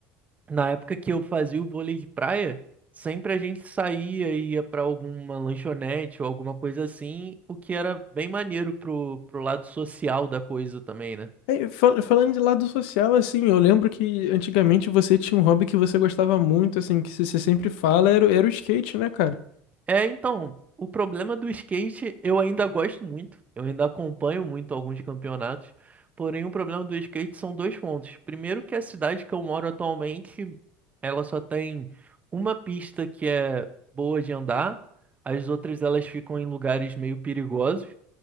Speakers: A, on the right; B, on the left.
A: na época que eu fazia o vôlei de praia, sempre a gente saía e ia pra alguma lanchonete ou alguma coisa assim, o que era bem maneiro pro, pro lado social da coisa também, né?
B: É, fal- falando de lado social, assim, eu lembro que antigamente você tinha um hobby que você gostava muito, assim, que você você sempre fala, era, o- era o skate, né, cara?
A: É, então, o problema do skate eu ainda gosto muito, eu ainda acompanho muito alguns campeonatos, porém o problema do skate são dois pontos. Primeiro que a cidade que eu moro atualmente, ela só tem uma pista que é boa de andar, as outras elas ficam em lugares meio perigosos.